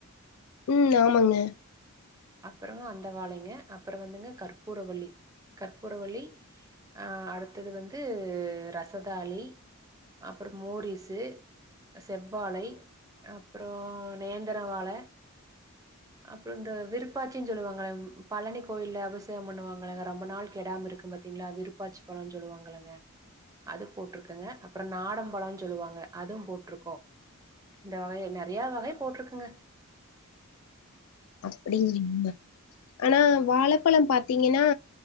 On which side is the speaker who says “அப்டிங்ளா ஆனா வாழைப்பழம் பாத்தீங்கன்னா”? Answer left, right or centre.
Left